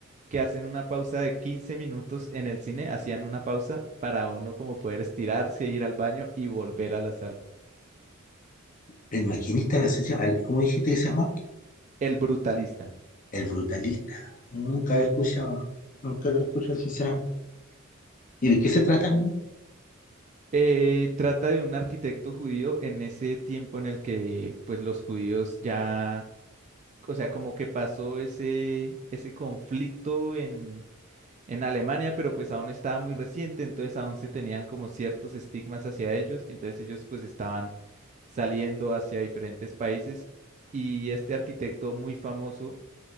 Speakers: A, on the right; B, on the left.
A: que hacen una pausa de 15 minutos en el cine, hacían una pausa para uno como poder estirarse, ir al baño y volver a la sala.
B: El maquinista, así se llama. El- ¿cómo dijiste que se llama?
A: El Brutalista.
B: El brutalista. No, nunca lo he escuchado. Nunca lo he escuchado, sinceramente. ¿Y de qué se trata, man?
A: eh, trata de un arquitecto judío en ese tiempo en el que pues los judíos ya, o sea, como que pasó ese, ese conflicto en en Alemania, pero pues aún estaba muy reciente, entonces aún se tenían como ciertos estigmas hacia ellos, y entonces ellos pues estaban saliendo hacia diferentes países y este arquitecto muy famoso